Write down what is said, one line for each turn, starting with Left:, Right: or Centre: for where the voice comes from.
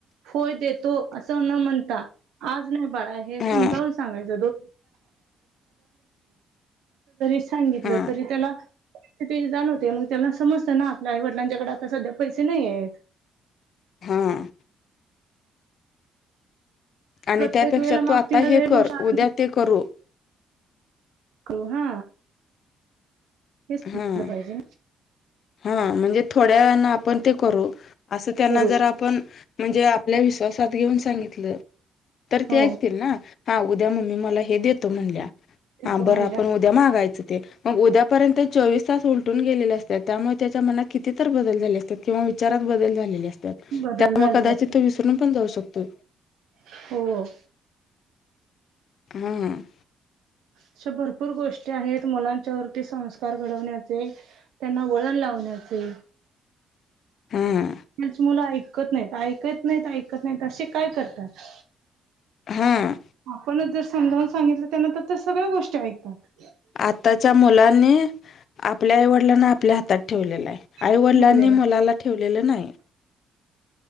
Right: होय देतो, असं न म्हणता आज नाही बाळा हे समजावून
Left: हा
Right: सांगायच दोन <unintelligible> सांगितलं
Left: हा
Right: तरी त्याला स्थितीची जाण होते, मग त्याला समज त ना आपल्या आईवडिलांच्याकडे आता सध्या पैसे नही हेत.
Left: हा आणि
Right: प्रत्येक
Left: त्यापेक्षा
Right: वेळेला मागतील
Left: तू आता हे
Right: वेळ
Left: कर,
Right: गोष्ट
Left: उद्या ते करू.
Right: कू हा. हेच
Left: हूं
Right: म्हटलं पाहिजे
Left: हूं म्हणजे थोड्या वेळाने आपण ते करू. असं त्यांना
Right: करू
Left: जर आपण म्हणजे आपल्या विस प्रसाद घेऊन सांगितलं, तर
Right: हो
Left: ते ऐकतील ना हा उद्या मम्मी मला हे देतो म्हणल्या. हा
Right: तो
Left: बरं
Right: म्हणजे
Left: आपण उद्या मागायचं ते मग उद्यापर्यंत. चोवीस तास उलटून गेलेले असत्यात त्यामुळे त्याच्या मनात कितीतर बदल झाले असत्यात, किंवा विचारात बदल झालेले असत्यात.
Right: बदल
Left: त्यामूळ
Right: झालेले
Left: कदाचित
Right: असतात
Left: तो विसरून पण जाऊ शकतोय.
Right: हो!
Left: हं!
Right: अश्या भरपूर गोष्टी आहेत, मुलांच्या वरती संस्कार घडवण्याचे त्यांना वळण लावण्याचे.
Left: <inaudible> हा
Right: च मुलं ऐकत नाहीत ऐकत नाहीत, ऐकत नाहीत, असे काय करतात.
Left: हं!
Right: आपणच जर समजावून सांगितलं त्यांना तर ते सगळ्या गोष्टी ऐकतात.
Left: आत्ताच्या मुलांनी आपल्या आईवडिलांना आपल्या हातात ठेवलेलं आहे, आईवडिलांनी
Right: ठेवलेल्या
Left: मुलाला ठेवलेलं नाही.